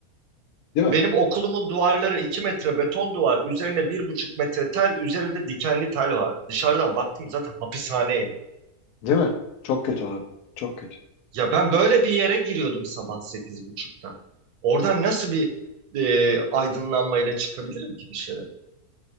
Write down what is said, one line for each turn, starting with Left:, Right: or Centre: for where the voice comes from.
Left: Değil mi?
Right: Benim okulumun duvarları 2 metre beton duvar, üzerine bir buçuk metre tel, üzerinde dikenli tel var. Dışarıdan baktım zaten hapishaneydi.
Left: Değil mi? Çok kötü abi. Çok kötü.
Right: Ya ben böyle bir yere giriyordum sabah sekiz buçukta. Oradan nasıl bir e, aydınlanmayla çıkabilirim ki dışarı?